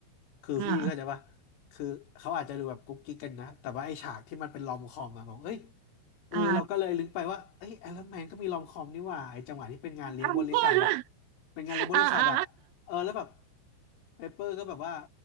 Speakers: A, on the left; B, on the right.
A: คือพี่เข้าใจป่ะ
B: อ่า
A: คือเขาอาจจะดูแบบกุ๊กกิ๊กกันนะแต่ว่าไอ้ฉากที่มันเป็นลอมคอมอะบอกเอ้ยเออเราก็เลยลึกไปว่าเอ้ยไอรอนแมนก็มีลอมคอมนี่หว่าไอ้จังหวะที่เป็นงานเลี้ยงบริษัทอะ
B: อ่าอ่า
A: เป็นงานเลี้ยงบริษัทอะเออแล้วแบบ
B: อ่าอ่า
A: เปเปอร์ก็แบบว่า